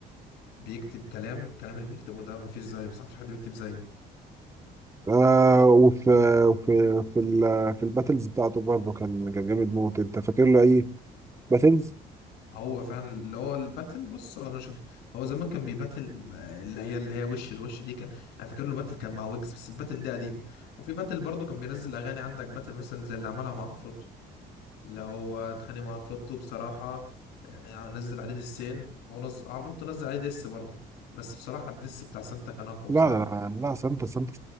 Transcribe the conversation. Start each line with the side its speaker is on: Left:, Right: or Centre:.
Left: بيكتب كلام الكلام اللي بيكتبه ده مفيش زيه بصراحه مفيش حد بيكتب زيه
Right: آه وفي وفي في ال في الباتلز بتاعته برضه كان كان جامد موت أنت فاكر له أي باتلز؟
Left: هو فعلا اللي هو الباتل بص انا شوف هو زمان كان بيباتل آه، اللي هي اللي هي وش الوش دي كان انا فاكر له باتل كان مع ويجز بس الباتل دي قديمه وفي باتل برضه كان بينزل اغاني عندك باتل مثلا زي اللي عملها مع عفروتو اللي هو اتخانق مع عفروتو بصراحه يعني نزل عليه دسين هو نز... عفروتو نزل عليه دس برضه بس بصراحه الدس بتاع سانتا كان اقوى
Right: لا
Left: بصراحه
Right: لا لا لا سانتا سانتا